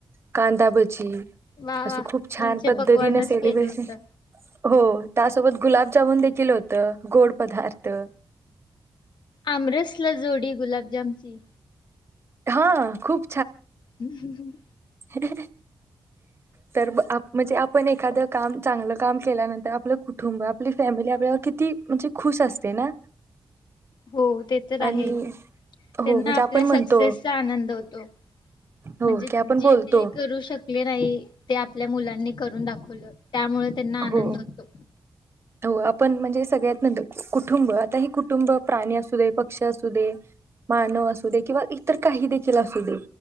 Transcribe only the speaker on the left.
वा
वा
पंचपक्वानच
केलं होतं
आमरस ला जोडी गुलाबजामची
हम्म हम् ह्.
हो ते तर आहे
त्यांना
आपल्या
सक्सेसचा आनंद होतो म्हणजे
जे
ते करू शकले नाही ते आपल्या मुलां करून दाखवलं. त्यामुळे त्यांना आनंद
होतो.